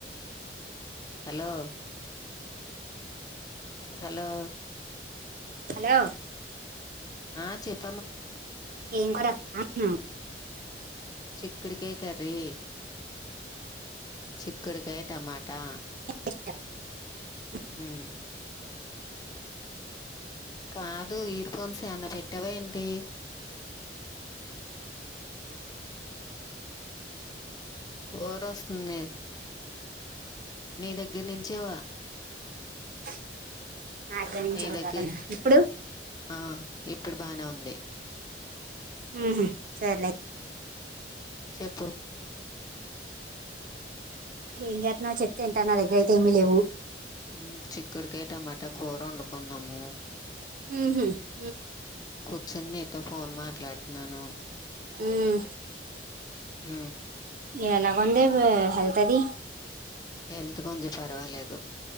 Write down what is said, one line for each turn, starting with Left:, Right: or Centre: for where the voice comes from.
Left: హలో హలో
Right: హలో
Left: ఆ చెప్
Right: ఏం కూర అక్క అంటన్న
Left: చిక్కుడుకాయ్ కర్రీ చిక్కుడుకాయ్ టమాటా
Right: ే
Left: హ్మ్ కాదు ఇర్ఫోన్స్ ఏవన్న పెట్టవా ఏంటి వో రొస్తుంది నీ దగ్గర నుంచేవా
Right: <unintelligible>
Left: నీ దగ్గర
Right: ఇప్పుడు
Left: ఆ ఇప్పుడు బానే ఉంది
Right: మ్మ్ హ్మ్ సర్లే
Left: చెప్పు
Right: ఏం చేత్నావు చెప్తే ఇంట నా దగ్గర అయితే ఏమీ లేవు
Left: మ్మ్ చిక్కుడుకాయ టమాటా కూర వండుకుందము
Right: మ్మ్ హ్
Left: కూర్చొని నీతో ఫోన్ మాట్లాడుతున్నాను
Right: హ్మ్
Left: ఉ
Right: ఎలాగ ఉంది <unintelligible> హెల్త్ అది
Left: హెల్త్ కొంచెం పర్వాలేదు